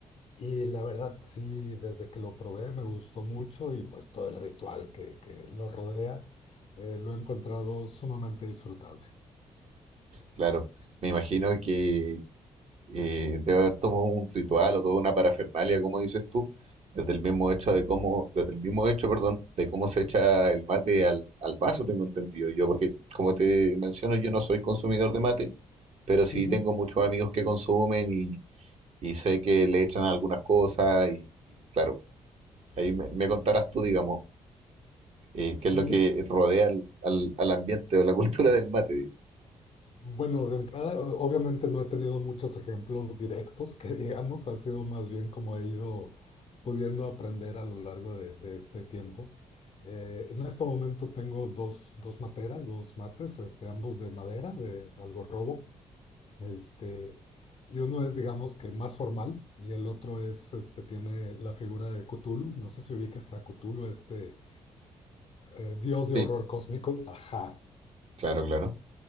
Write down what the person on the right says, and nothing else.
Claro, me imagino que eh, debe haber tomado un ritual o toda una parafernalia, como dices tú, desde el mismo hecho de cómo, desde el mismo hecho, perdón, de cómo se echa el mate al, al vaso, tengo entendido yo, porque como te menciono, yo no soy consumidor de mate, pero sí
tengo muchos amigos que consumen y, y sé que le echan algunas cosas y y claro. Ahí me, me contarás tú, digamos, eh,
qué es lo que rodea al, al- al ambiente o la cultura del mate. di.
Sí,
claro, claro.